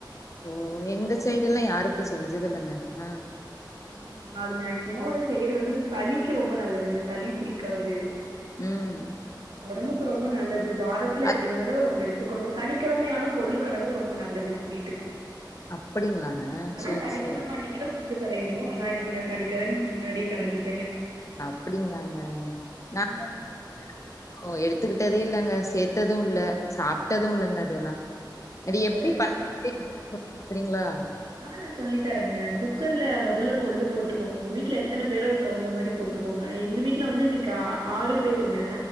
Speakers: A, on the left (about 40°); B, on the right (about 75°).
A: ஓ எங்க சைடுல்லா யாரு இப்டி செஞ்சதுல்லங்க அ
B: அப்டிங்ளா அது மேக்சிமோ வந்து செய்யறது வந்து சளிக்கு ரொம்ப நல்லதுங்க சளி புடிக்காது
A: ம்
B: ஒடம்புக்கு ரொம்ப நல்லது வாரத்துல
A: அ
B: எப்டினாலு எடு கத்துக்கணு சனிக்கெழமையானா கொள்ளு கடஞ்ச ரொம்ப நல்லதுங்க வீட்டுக்கு
A: அப்படிங்களாங்க.
B: ஆனா
A: சேரி,
B: சனிக்கெழம
A: சேரி.
B: அன்னிக்கு கடையணு ஆனா இன்னிக்கு நா சனிக்கெழன்கு முன்னாடியே கடஞ்சிட்டேங்க
A: அப்டிங்களாங்க நாங்க <inaudible> ஓ எடுத்துக்கிட்டதே இல்லங்க சேத்ததும் இல்ல சாப்ட்டதும் இல்லங்க அதெல்லா அது
B: அதெல்லா
A: எப்டி
B: செஞ்சு
A: பண்றீங்க
B: சாப்புடு
A: எனக்கு சொல்லி தறீங்ளா
B: ஆ நா சொல்லி தரேங்க குக்கர்ல மொதல்ல கொள்ளு போட்டுக்கோங்க உங்க வீட்ல எத்தன பேரோ அதுக் தகுந்த மாரி போட்டுக்கோங்க எங்க வீட்ல வந்து இன்னக் ஆறு பேருங்க